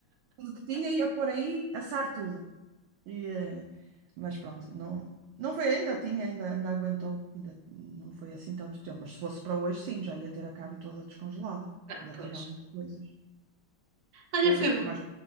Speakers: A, on the right; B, on the right.
A: tudo que tinha, ia pôr aí, assar tudo. E, eh, mas pronto, não, não foi, ainda tinha, ainda, ainda aguentou, ainda não foi assim tanto tempo. Mas se fosse para hoje, sim, já ia ter a carne toda descongelada.
B: Ah,
A: Ainda
B: pois.
A: tinha algumas coisas.
B: Olha,
A: Foi
B: foi,
A: o que mais